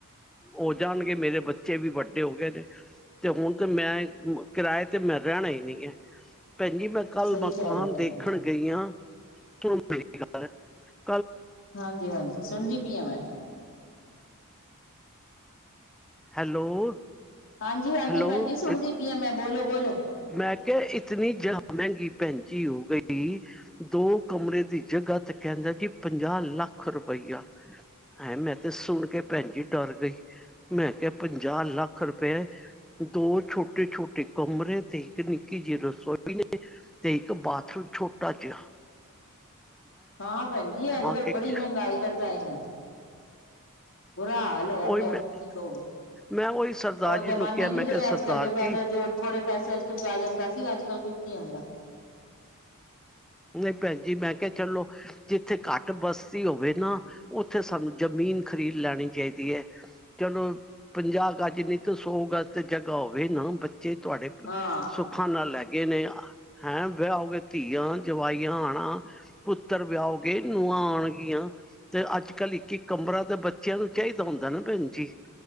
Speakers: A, in the centre; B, on the left.
A: ਹੋ ਜਾਣਗੇ ਮੇਰੇ ਬੱਚੇ ਬੱਚੇ ਵੀ ਵੱਡੇ ਹੋ ਗਏ ਨੇ ਤੇ ਹੁਣ ਤੇ ਮੈਂ ਕਿਰਾਏ ਤੇ ਮੈਂ ਰਹਿਣਾ ਹੀ ਨੀ ਹੈ ਭੈਣਜੀ ਮੈਂ ਕੱਲ
B: ਸਹੀ
A: ਮਕਾਨ
B: ਕਹਿ ਰਹੇ ਹੋ ਭੈਣ
A: ਦੇਖਣ
B: ਜੀ
A: ਗਈ ਹਾਂ <unintelligible>
B: ਹਾਂਜੀ ਹਾਂਜੀ ਸੁਣਦੀ ਪੀ ਆ ਮੈਂ
A: ਹੈਲੋ
B: ਹਾਂਜੀ ਹਾਂਜੀ
A: ਹੈਲੋ
B: ਭੈਣਜੀ ਸੁਣਦੀ ਪੀ ਆ ਮੈਂ ਬੋਲੋ ਬੋਲੋ
A: ਮੈਂ ਕਿਹਾ ਇਤਨੀ ਜਗ੍ਹਾ ਮਹਿੰਗੀ ਭੈਣਜੀ ਹੋ ਗਈ ਦੋ ਕਮਰੇ ਦੀ ਜਗ੍ਹਾ ਤੇ ਕਹਿੰਦਾ ਜੀ ਪੰਜਾਹ ਲੱਖ ਰੁਪਈਆ ਐਂ ਮੈਂ ਤੇ ਸੁਣ ਕੇ ਭੈਣ ਜੀ ਡਰ ਗਈ ਮੈਂ ਕੇਆ ਪੰਜਾ ਲੱਖ ਰਪੇ, ਦੋ ਛੋਟੇ-ਛੋਟੇ ਕਮਰੇ ਤੇ ਇੱਕ ਨਿੱਕੀ ਜੀ ਰਸੋਈ ਨੇ, ਤੇ ਇੱਕ ਬਾਥਰੂਮ ਛੋਟਾ ਜੇਆ
B: ਹਾਂ ਭੈਨ ਜੀ ਅੱਜ, ਕੱਲ
A: ਕੇ
B: ਬੜੀ ਮੇਂਗਾਈ ਦਾ ਟਾਈਮ ਏ। ਬੁਰਾ ਹਾਲ ਹੋਏਆ
A: ਉਹੀ
B: ਪੇਆ
A: ਮੈਂ
B: ਕੀ ਕਓਗੇ,
A: ਮੈਂ ਉਹੀ ਸਰਦਾਰ
B: ਓ
A: ਜੀ
B: ਜਮਾਨੇ
A: ਨੂੰ ਕਿਹਾ ਮੈਂ
B: ਨੀ
A: ਕਿਹਾ
B: ਰਏ
A: ਸਰਦਾਰ
B: ਅੱਜ-ਕੱਲ ਜੋ ਪੈਲੇ
A: ਜੀ
B: ਜੋ ਥੋੜੇ ਪੈਸੇਆਂ ਚ ਕੁਛ ਆ ਜਾਂਦਾ ਸੀ ਅੱਜ ਕੱਲ ਕੁਝ ਨੀ ਆਂਦਾ
A: ਨਹੀਂ ਭੈਨ ਜੀ ਮੈਂ ਕੇਆ ਚਲੋ ਜਿੱਥੇ ਘੱਟ ਬਸਤੀ ਹੋਵੇ ਨਾ ਓਥੇ ਸਾਨੂੰ ਜਮੀਨ ਖਰੀਦ ਲੈਣੀ ਚਾਈਦੀ ਏ ਚਲੋ ਪੰਜਾ ਗੱਜ ਨੀ ਤੇ ਸੋ ਗਜ ਤੇ ਜਗ੍ਹਾ ਹੋਵੇ ਨਾ ਜੇ ਤੁਆਡੇ
B: ਹਾਂ
A: ਸੁੱਖਾਂ ਨਾਲ ਲੈਗੇ ਨੇ ਹੈਂ, ਵੇਆ ਹੋ ਗਏ ਧੀਆਂ ਜਵਾਈਆਂ ਆਣਾ, ਪੁੱਤਰ ਵੇਆਓਗੇ ਨੂਆੰ ਆਓਣਗੀਆਂ ਤੇ ਅੱਜ <unintelligible> ਕੱਲ ਇੱਕ-ਇੱਕ ਕਮਰਾ ਦਾ ਬੱ <unintelligible> ਭੈਨ ਜੀ